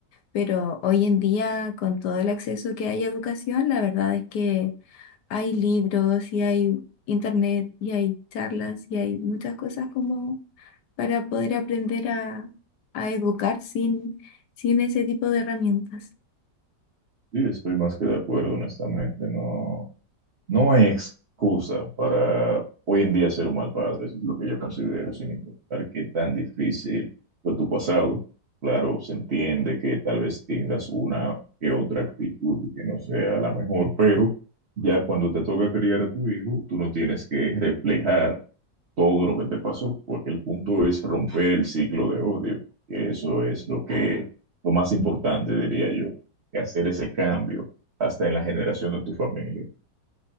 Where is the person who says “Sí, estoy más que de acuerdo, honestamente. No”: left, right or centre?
Right